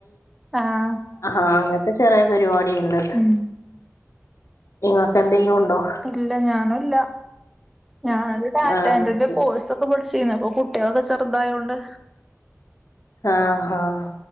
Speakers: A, in the centre; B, on the left.
A: ആഹ്
B: ആഹാ അങ്ങനത്തെ ചെറിയ പരിപാടിയ്ണ്ട്.
A: ഉം
B: ഇങ്ങക്ക് ന്തെങ്കിലും ഉണ്ടോ?
A: ഇല്ല ഞാനല്ല ഞാനൊ ഡാറ്റൻററിന്റെ
B: ആഹ് ശരി
A: കോഴ്സ് ഇപ്പോ വിളിച്ചിന്ന് കുട്ടികളൊക്കെചെറുതയോണ്ട്.
B: ആഹ് ആഹ്